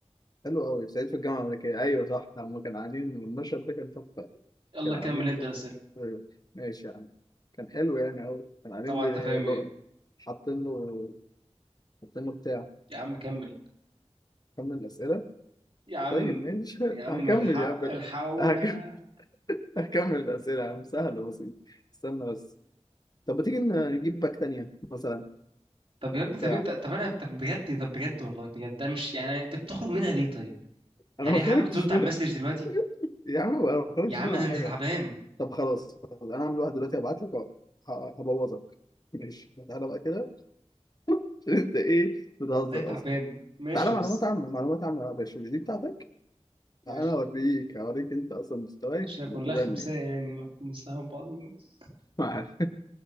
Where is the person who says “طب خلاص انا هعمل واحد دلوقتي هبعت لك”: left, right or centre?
Left